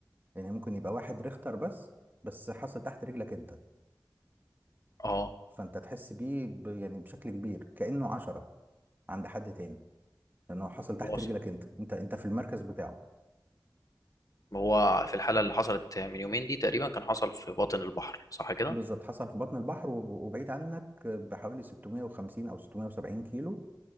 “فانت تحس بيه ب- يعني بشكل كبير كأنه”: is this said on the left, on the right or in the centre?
Right